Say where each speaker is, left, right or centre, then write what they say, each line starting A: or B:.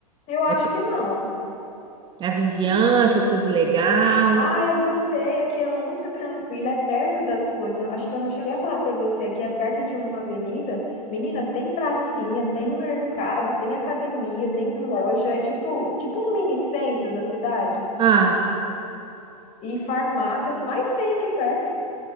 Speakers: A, on the left (about 35°); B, on the right (about 25°).
A: eu acho
B: É p-
A: que não.
B: A vizinhança, tudo legal.
A: Ah, eu gostei. Aqui é muito tranquilo, é perto das coisas. Acho que eu não cheguei a falar para você. Aqui é perto de uma avenida. Menina, tem pracinha, tem mercado, tem academia, tem loja. É tipo, tipo um mini centro da cidade.
B: Ah,
A: E farmácia é o que mais tem aqui perto.